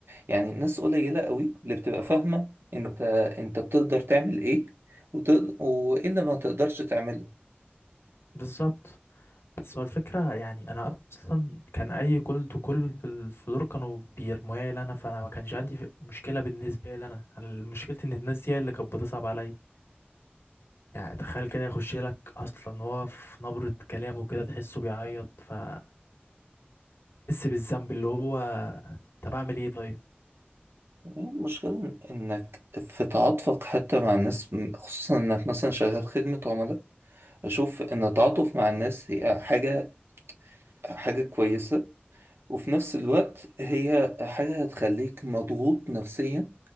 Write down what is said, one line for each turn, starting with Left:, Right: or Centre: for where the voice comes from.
Right: يعني ناس قليلة قوي اللي بتبقى فاهمة انت انت بتقدر تعمل ايه وتقدر وايه اللي ما تقدرش تعمله
Left: بالظبط بس هو الفكرة يعني انا اصلا كان اي كل تو كل في ال- في دول كانوا بيرموها لي انا فانا ما كانش عندي ف- مشكلة بالنسبة لي انا أنا مشكلتي ان الناس دي هي اللي كانت بتصعب عليا يعني تخيل كده يخش لك اصلا هو في نبرة كلامه كده تحسه بيعيط فتحس بالذنب اللي هو طب اعمل ايه طيب
Right: المشكلة انك في تعاطفك حتى مع الناس خصوصا انك مثلا شغال خدمة عملاء اشوف ان التعاطف مع الناس هي حاجة حاجة كويسة وفي نفس الوقت هي حاجة هتخليك مضغوط نفسيا